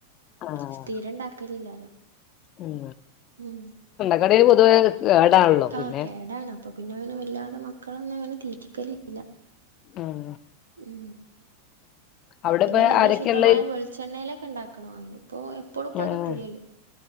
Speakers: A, on the left; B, on the right.
A: ആഹ്
B: സ്ഥിരം ണ്ടാക്കലില്ല
A: ഉം
B: ഉം
A: <unintelligible> പിന്നെ
B: ആഹ് കേടാണ് അപ്പൊ പിന്നെ അങ്ങനെ വല്ലാതെ മക്കളൊന്നും അങ്ങനെ തീറ്റിക്കലില്ല.
A: ഉം
B: ഉം
A: അവിടെപ്പ
B: പിന്നെ നല്ല
A: ആരൊക്കെയുള്ളേ
B: ശുദ്ധമായ വെളിച്ചെണ്ണയിലൊക് പ്പണ്ടാക്കണോ അയിന് ഇപ്പൊ എപ്പളുംപ്പ
A: ആഹ്
B: അഹ് കിട്ടൂലല്ലോ